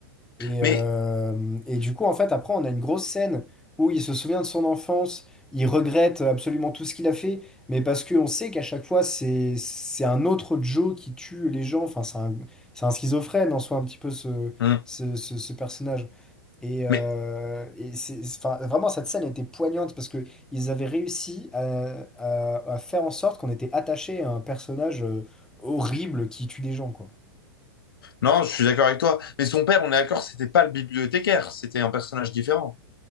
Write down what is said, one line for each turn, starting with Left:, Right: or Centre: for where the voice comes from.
Centre: Et,
Left: Mais,
Centre: euh, et du coup, en fait, après, on a une grosse scène où il se souvient de son enfance, il regrette absolument tout ce qu'il a fait, mais parce qu'on sait qu'à chaque fois, c'est, c'est un autre Joe qui tue les gens. Enfin, c'est un, c'est un schizophrène en soi, un petit peu ce,
Left: Hmm.
Centre: ce, ce- ce personnage. Et, euh,
Left: mais
Centre: et c'est, enfin, vraiment, cette scène était poignante parce que ils avaient réussi à, à- à faire en sorte qu'on était attaché à un personnage euh, horrible qui tue des gens, quoi.
Left: Non, je suis d'accord avec toi. Mais son père, on est d'accord, c'était pas le bibliothécaire, c'était un personnage différent.